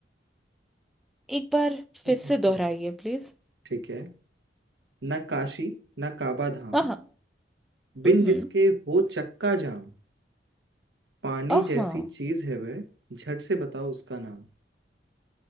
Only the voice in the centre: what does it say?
एक बार
फिर से दोहराइए प्लीज
हाँ
हम्म
हाँ